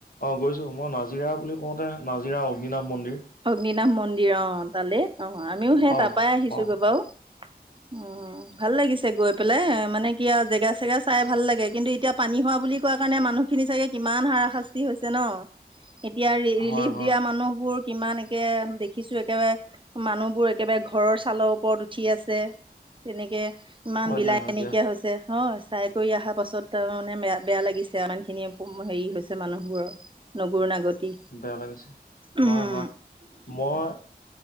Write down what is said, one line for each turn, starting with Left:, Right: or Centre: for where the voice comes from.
Left: অ, গৈছো। মই নাজিৰা বুলি কওঁতে নাজিৰা অগ্নিনাম মন্দিৰ।
Right: অগ্নিনাভ মন্দিৰ, অ, তালে। অহ, আমিও সেই
Left: অ
Right: তাৰপাই আহিছোগৈ
Left: অ
Right: বাৰু! উম, ভাল লাগিছে গৈ পেলাই মানে কি আৰু জেগা-চেগা চাই ভাল লাগে। কিন্তু এতিয়া পানী হোৱা বুলি কোৱা কাৰণে মানুহখিনি চাগে কিমান হাৰাশাস্তি হৈছে ন! এতিয়া ৰিলিফ
Left: হয় হয়
Right: দিয়া মানুহবোৰ কিমান একে দেখিছো, একেবাৰে মানুহবোৰ একেবাৰে ঘৰৰ ছালৰ ওপৰত উঠি আছে। তেনেকে ইমান
Left: হয়
Right: বিলাই
Left: দিয়া হয়
Right: নাইকিয়া
Left: দিয়া
Right: হৈছে, হয়, চাই কৰি অহা পাছত তাৰ মানে বেয়া-বেয়া লাগিছে, ইমান খিনি হেৰি হৈছে মানুহবোৰৰ নগৰু নাগতি,
Left: বেয়া লাগিছে
Right: উম।
Left: হয় হয় মই,